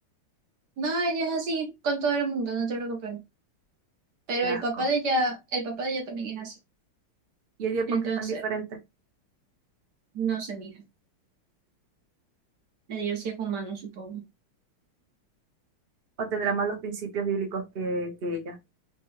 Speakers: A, on the right (about 60°); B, on the right (about 45°).
A: No, ella es así con todo el mundo, no te preocupes. Pero
B: Qué
A: el
B: asco.
A: papá de ella, el papá de ella también es así.
B: ¿Y ella por
A: Entonces,
B: qué es tan diferente?
A: no se mija. El dios sí es humano, supongo.
B: ¿O tendrá más los principios bíblicos que, que ella?